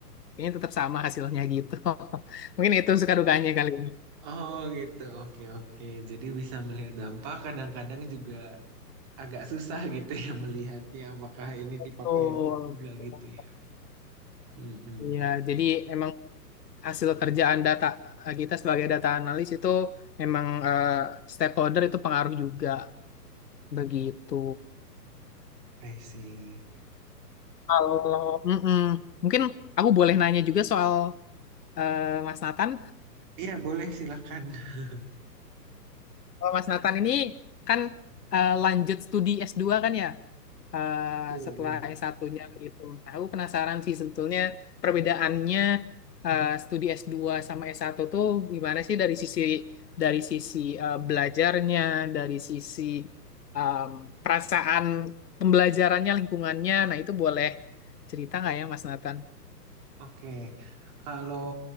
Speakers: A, on the left; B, on the right.
A: kayaknya tetap sama hasilnya gitu. <laughs> Mungkin itu suka dukanya kali ini.
B: Oh gitu, oke oke. Jadi bisa melihat dampak kadang-kadang juga agak susah gitu ya melihatnya apakah ini
A: Betul,
B: dipakai atau enggak
A: betul.
B: gitu ya. Mm-mm.
A: Iya, jadi emang hasil kerjaan data kita sebagai data analis itu memang eh, stakeholder itu pengaruh juga begitu.
B: I see.
A: Kalau mm-mm. mungkin aku boleh nanya juga soal eh, Mas Nathan.
B: Iya boleh silakan. <laughs>
A: Kalau Mas Nathan ini kan eh, lanjut studi S2 kan ya? eh,
B: Oh,
A: setelah
B: iya.
A: S1-nya gitu. Nah, Aku penasaran sih sebetulnya perbedaannya eh, studi S2 sama S1 tuh gimana sih dari sisi dari sisi eh, belajarnya, dari sisi em, perasaan pembelajarannya, lingkungannya. Nah, itu boleh cerita nggak ya Mas Nathan?
B: Oke, kalau